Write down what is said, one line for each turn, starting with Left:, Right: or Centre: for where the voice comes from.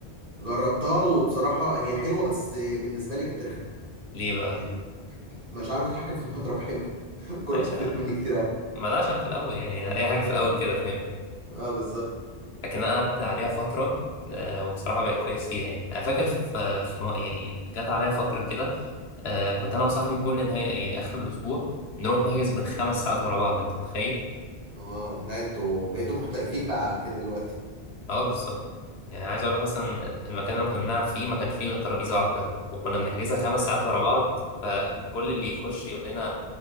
Right: جربتها وبصراحة هي حلوة بس بالنسبة لي كانت رخمة
Left: ليه بقى
Right: يعني مش عارف اتحكم في المضرب حلو <laughs> الكرة
Left: ماشي
Right: بتفلت مني كتير اوي
Left: ما ده عشان في الاول يعني اي حاجه في الاول كده فاهم
Right: اه بالظبط
Left: لكن انا قعدت عليها فتره آه، وبصراحه بقيت كويس فيها يعني انا فاكر في, في م- يعني جت عليا فتره كده آه، كنت انا وصاحبي كل نهايه يعني اخر الاسبوع نروح نحجز بالخمس ساعات ورا بعض انت متخيل
Right: اه لا انتوا بقيتوا محترفين بقى كده دلوقتي
Left: اه بالظبط يعني عايز اقول لك مثلا المكان اللي كنا بنلعب فيه ما كان فيه غير ترابيزه واحده وكنا بنحجزها خمس ساعات ورا بعض فكل اللي يخش يقول لنا